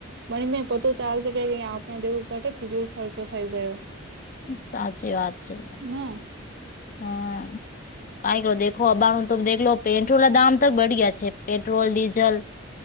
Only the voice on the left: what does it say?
સાચી વાત છે
હા કઈકો દેખો અબાણ ત દેખ લો પેટ્રોલ ના દામ તોક બઢયા છે પેટ્રોલ ડીઝલ